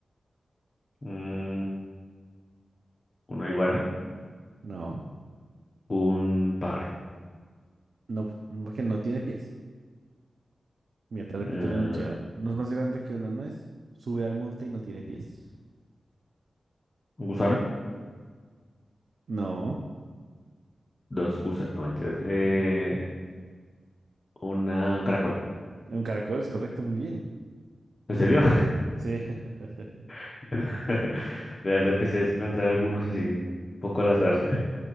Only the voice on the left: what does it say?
un- una iguana,
un pájaro,
eh,
un gusano,
dos gusanos, no mentiras, eh,
una, un caracol.
¿En serio?
<laughs> De verdad empecé a lanzar algunos así, un poco al azar, <laughs>